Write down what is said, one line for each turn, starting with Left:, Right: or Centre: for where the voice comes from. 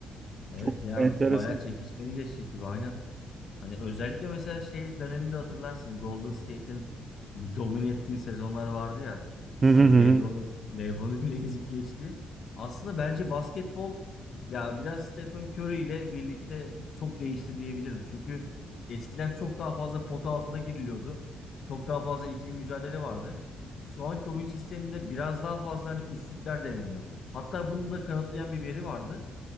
Left: Evet
Right: Çok
Left: ya
Right: enteresan.
Left: bayağı çekişmeli geçecek gibi aynen. Hani özellikle mesela şey döneminde hatırlarsın Golden State'in bir domine ettiği sezonlar vardı ya.
Right: Hı hı
Left: Hani
Right: hı.
Left: LeBron, LeBron'u bile ezip geçti. Aslında bence basketbol ya biraz Stephen Curry ile birlikte çok değişti diyebilirim. Çünkü eskiden çok daha fazla pota altına giriliyordu. Çok daha fazla ikili mücadele vardı. Şu anki oyun sisteminde biraz daha fazla hani üçlükler deneniyor. Hatta bunu da kanıtlayan bir veri vardı